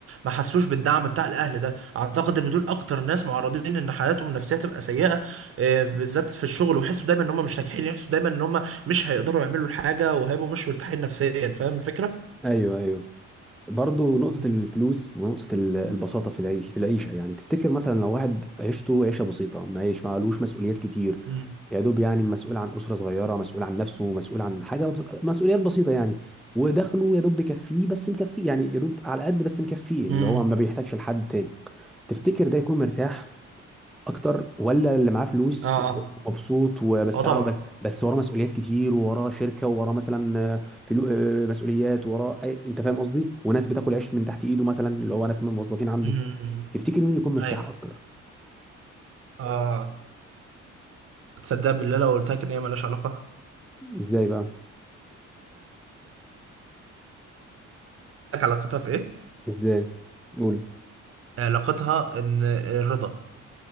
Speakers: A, on the right; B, in the centre.
A: ما حسوش بالدعم بتاع الاهل ده اعتقد ان دول اكتر ناس معرضين ان حياتهم النفسية تبقى سيئة آه، بالذات في الشغل ويحسوا دايما ان هم مش ناجحين يحسوا دايما ان هم مش هيقدروا يعملوا الحاجة وهيبقوا مش مرتاحين نفسيا فاهم الفكرة؟
B: ايوه ايوه برضه نقطه
A: مم.
B: الفلوس ونقطه ال- البساطه في العيش في العيشه يعني تفتكر مثلا لو واحد عيشته عيشه بسيطه ما يعيش معلوش مسؤوليات كتير
A: مم.
B: يا دوب يعني مسؤول عن اسره صغيره مسؤول عن نفسه مسؤول عن حاجه بس- مسؤوليات بسيطه يعني ودخله يا دوب بيكفيه بس مكفيه يعني يا دوب على قد بس مكفيه
A: مم.
B: اللي هو ما بيحتاجش لحد تاني تفتكر ده يكون مرتاح اكتر ولا اللي معاه فلوس
A: اه اه
B: ومبسوط وبس
A: اه طبعا
B: عاو- بس بس وراه مسؤوليات كتير ووراه شركه ووراه مثلا آه، فلو آه، مسؤوليات وراه أي- انت فاهم قصدي وناس بتاكل عيش من تحت ايده مثلا اللي هو ناس من الموظفين عنده
A: مم.
B: تفتكر مين يكون مرتاح
A: ايوه
B: اكتر
A: اه تصدق بالله لو قلت لك ان هي مالهاش علاقة؟
B: ازاي بقى
A: لك علاقتها في ايه؟
B: ازاي قول
A: علاقتها ان الرضا